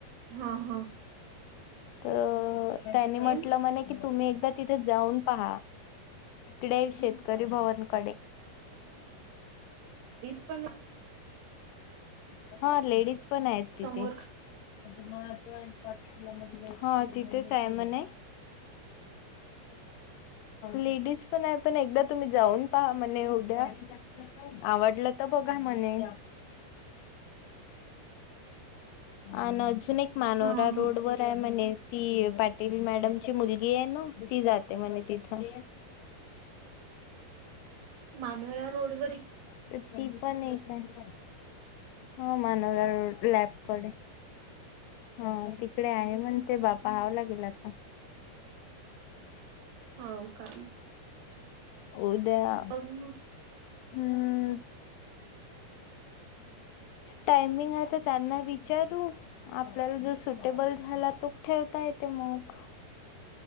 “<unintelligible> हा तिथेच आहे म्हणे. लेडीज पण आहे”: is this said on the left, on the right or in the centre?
Left